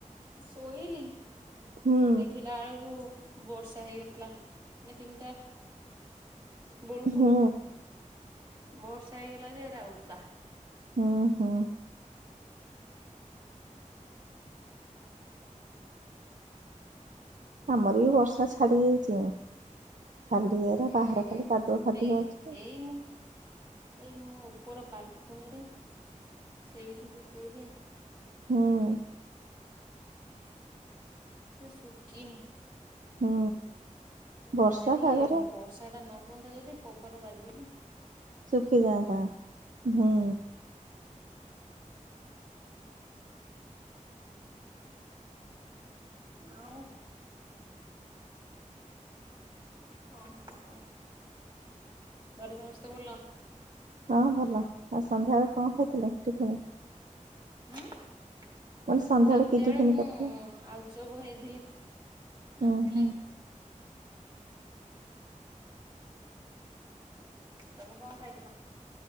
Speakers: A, on the right (about 35°); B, on the right (about 70°).
A: ଶୋଇଲି
B: ହୁଁ
A: ଦେଖିଲା ବଳକୁ ବର୍ଷା ହେଇଯାଇଥିଲା ମାନେ ତିନିଟା ବେଳକୁ
B: ହୁଁ
A: ବର୍ଷା ହେଇଗଲା ଯେ ଏରା ଓଦା।
B: ହଁ ହଁ। ଆମର ବି ବର୍ଷା ଛାଡି ଯାଇଛି। ଖାଲି ଏରା
A: ହୁଁ
B: ବାହାରେ ଖାଲି କାଦୁଆ ଫାଦୁଆ
A: ଦେଇକି
B: ଅଛି।
A: ଏଇ ମୁ ଏଇ ମୁଁ ଉପର ବାଲକୁନିରେ ସେଇଠି ଶୁଖେଇଦିଏ।
B: ହଁ।
A: ସେ ସୁକିିନି।
B: ହୁଁ ବର୍ଷା
A: ଏଇନା ଟିକେ
B: ପାଗରେ
A: ବର୍ଷା ଟା ନ ହୁଅନ୍ତା ଯଦି ପବନ ବାଜିିକି
B: ସୁଖିଯାଆନ୍ତା ହୁଁ।
A: ଆଉ କଣ ଖବର ଘରେ ସମସ୍ତେ ଭଲ।
B: ହଁ ଭଲ ଆଉ ସନ୍ଧ୍ୟାବେଳେ କଣ ଖାଇଥିଲେ ଟିଫିନ।
A: ହୁଁ ସାତୁଟା
B: ମାନେ ସନ୍ଧ୍ୟାବେଳେ କି
A: ବେଳେ
B: ଟିଫିନ
A: ମୁଁ
B: କରିଥିଲେ?
A: ଆଲୁଚପ ଖାଇଥିଲି
B: ହୁଁ
A: ଆଣିଥିଲେ।
B: ହୁଁ
A: ତମେ କଣ ଖାଇଥିଲ।